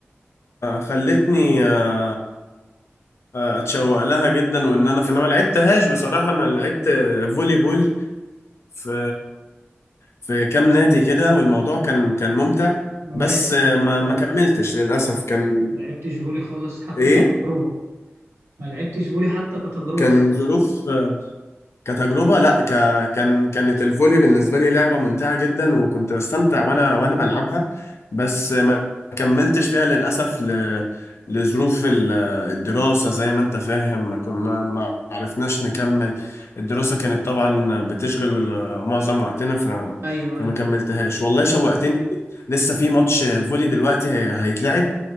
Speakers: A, on the left (about 70°); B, on the right (about 70°).
A: خلتني آه، اتشوق لها جدا وان انا انا ما لعبتهاش بصراحه انا لعبت فولي بول في في كام نادي كده والموضوع
B: ما,
A: كان كان ممتع
B: ما
A: بس
B: لعبتش
A: آه، ما
B: خالص.
A: ما كملتش للأسف كان
B: ما لعبتش فولي خالص حتى
A: إيه
B: كتجربة ما لعبتش فولي حتى كتجربة
A: كان
B: حتى.
A: ظروف كتجربة لا ك... كان كانت الفولي بالنسبة لي لعبة ممتعة جدا وكنت بستمتع وانا وانا بلعبها بس ما كملتش فيها للأسف ل... لظروف ال- الدراسة زي ما انت فاهم ما كن... ما ما عرفناش نكمل الدراسة كانت طبعا بتشغل وال- معظم وقتنا ف...
B: أيوه
A: فما
B: أيوه
A: كملتهاش والله شوقتني لسه في ماتش فولي دلوقتي هي... هيتلعب